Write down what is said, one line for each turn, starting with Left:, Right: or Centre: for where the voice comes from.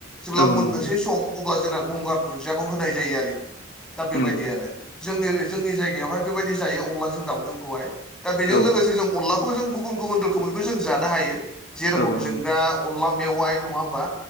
Centre: जेब्ला
Left: औ
Centre: मोननोसै
Left: नंगौ
Centre: सम अब्ला जोंना गंगार दुनन्दियाखौ होनाय जायो आरोखि दा बेबायदि
Left: नंगौ
Centre: आरो। जोंनि जोंनि जायगायावहाय बेबायदि जायो अनलाजों दाउजोंखौहाय दा बेजों
Left: औ
Centre: लोगोसे जों अनला खौ जों गुबुन गुबुन रोखोमैबो जों जानो हायो जेरेखम
Left: औ औ
Centre: जों
Left: नंगौ
Centre: दा अनला मेवाइ नङा होमबा